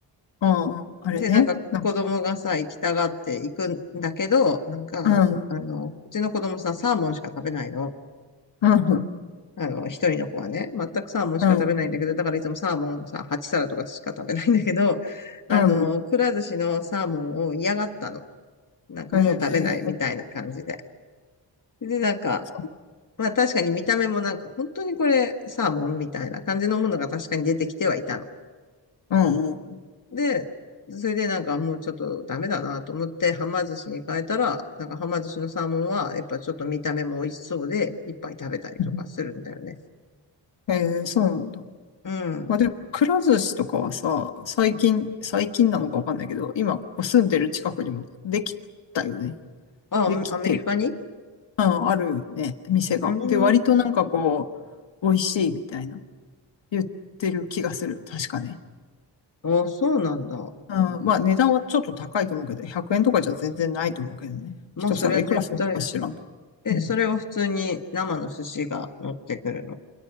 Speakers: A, on the left; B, on the left.
A: うん。うんあれね。
B: で、なんか子供がさ、
A: なんか、
B: 行きたがって行くんだけど、なんか、
A: うん。
B: あの、うちの子供さ、サーモンしか食べないの。
A: うん。
B: あの、一人の子はね、全くサーモンしか食べないんだけど、
A: うん。
B: だからいつもサーモンさ、8皿とかしか食べないんだけど、あの、
A: うん。
B: くら寿司のサーモンを嫌がったの。なんかもう食べないみたいな感じで。
A: ええ
B: で、なんか、
A: そう。
B: まあ確かに見た目もなんか本当にこれサーモンみたいな感じのものが確かに出てきてはいたの。
A: うん。
B: で、それでなんかもうちょっとダメだなと思ってはま寿司に変えたら、なんかはま寿司のサーモンはやっぱちょっと見た目も美味しそうでいっぱい食べたりとかするんだよね。
A: うん。ええ、そうなんだ。
B: うん。
A: まあでも、
B: う
A: くら寿司とかはさ、最近、
B: ん
A: 最近なのかわかんないけど、今、ここ住んでる近くにもできたよね。
B: あ、
A: できてる。
B: アメリカに
A: うん、あるね、店が。
B: うーん。
A: で、割となんかこう、美味しいみたいな、言ってる気がする。確かね。
B: あ、そうなんだ。
A: うん、まあ値段はちょっと高いと思うけど、100円とかじゃ全然ないと思うけどね。
B: まあ、
A: 一皿いくらするのか知らんけど。
B: それは絶対。え、
A: うん
B: それを普通に生の寿司が乗ってくるの。